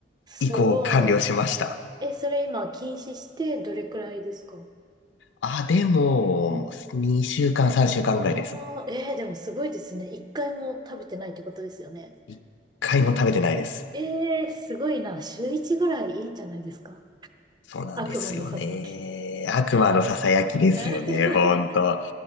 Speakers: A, on the right; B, on the left.
A: すごい。
B: 移行完了しました。
A: え、それ今禁止してどれくらいですか
B: あ、でも、
A: うん。
B: 2週間、3週間ぐらいです。
A: ああ、えー、でもすごいですね。一回も食べてないってことですよね。
B: 1回も食べてないです。
A: ええーすごいな。週一ぐらいいいんじゃないですか
B: そうなんですよね。
A: 悪魔のささやき。
B: 悪魔のささやきですよね、
A: <laughs>
B: ほんと。